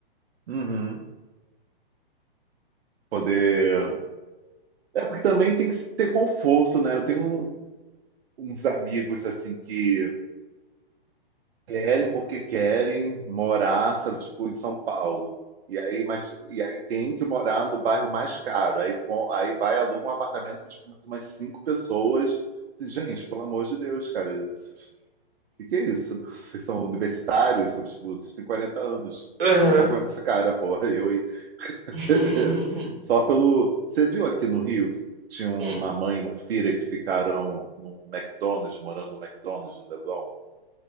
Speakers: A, on the right; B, on the right.
A: uhum. Poder. É porque também tem que ter conforto, né? Eu tenho um- uns amigos assim que querem porque querem morar, sabe, tipo, em São Paulo. E aí, mas, e aí tem que morar no bairro mais caro. Aí, co- aí vai, aluga um apartamento com, tipo, mais umas cinco pessoas. Gente, pelo amor de Deus, cara, isso- o que que é isso? Vocês são universitários, sabe, tipo, vocês têm 40 anos.
B: Aham.
A: <laughs> Toma Vergonha nessa cara, porra, eu aí.
B: <laughs>
A: <laughs> Só pelo... Você viu aqui no Rio que tinha uma
B: Hum,
A: mãe e uma filha que ficaram num McDonald's, morando no McDonald's do Leblon?